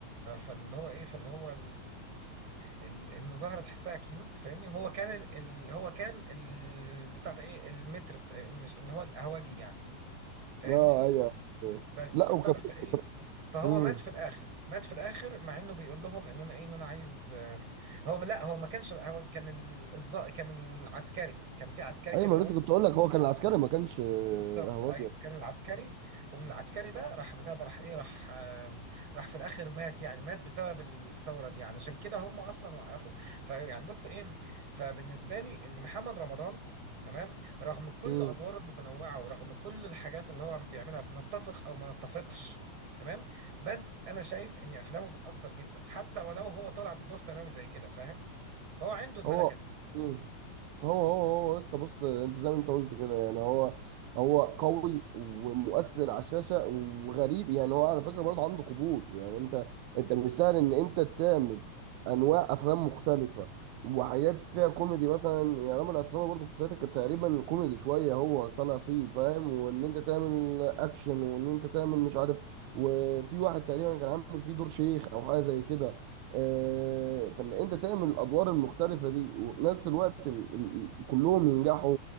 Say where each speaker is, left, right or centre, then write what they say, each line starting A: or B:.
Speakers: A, on the right; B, on the right.
A: فاللي هو ايه فاللي هو ال- المظاهره تحسها كيوت فاهمني وهو كان ال... ال... هو كان ال... بتاع ده ايه المتر بتاع... مش اللي هو القهوجي يعني فاهمني
B: اه ايوه أيوة.
A: بس
B: لا
A: فابتدى
B: وكان
A: في ايه فهو
B: امم
A: مات في الاخر مات في الاخر مع انه بيقول لهم ان انا ايه ان انا عايز آه، هو لا هو ما كانش هو كان ال... الز... كان العسكري كان في عسكري
B: ايوه
A: كان
B: ما أنا لسه كنت اقول لك هو كان عسكري ما كانش آه،
A: بالظبط
B: هواجي
A: ايوه كان العسكري ومن العسكري ده راح بتاع ده راح ايه راح آم، راح في الاخر مات يعني مات بسبب الثوره دي علشان كده هم اصلا وقفوا فيعني بص ايه فبالنسبه لي ان محمد رمضان تمام رغم كل
B: امم
A: ادواره المتنوعه ورغم كل الحاجات اللي هو بيعملها بنتفق او ما نتفقش تمام بس انا شايف ان افلامه بتاثر جدا حتى ولو هو طالع بدور ثانوي زي كده فاهم فهو عنده الملكه
B: هو
A: دي
B: مم. هو هو هو يا اسطى بص انت زي ما انت قلت كده يعني هو هو قوي ومؤثر على الشاشه وغريب يعني هو على فكره برضه عنده قبول يعني انت انت مش سهل ان انت تعمل انواع افلام مختلفه وحاجات فيها كوميدي مثلا يعني رامي الاعتصامي برضه في ساعتها كان تقريبا كوميدي شويه هو طالع فيه فاهم وان انت تعمل اكشن وان انت تعمل مش عارف وفي واحد تقريبا كان عامل فيه دور شيخ او حاجه زي كده آه، فان انت تعمل الادوار المختلفه دي ونفس الوقت إن ال- ال- كلهم ينجحوا